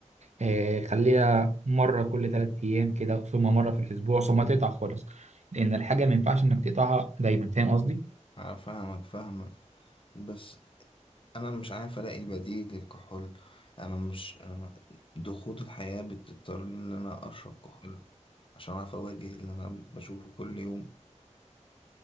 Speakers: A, on the right; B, on the left.
A: آه، خليها مرة كل تلات أيام كده ثم مرة في الأسبوع ثم تقطع خالص لأن الحاجة ما ينفعش إنك تقطعها دايما فاهم قصدي؟
B: أنا فاهمك فاهمك بس انا مش عارف الاقي البديل للكحول انا مش أنا ضغوط الحياة بتضطرني ان انا اشرب كحول عشان اعرف اواجه اللي انا بشوفه كل يوم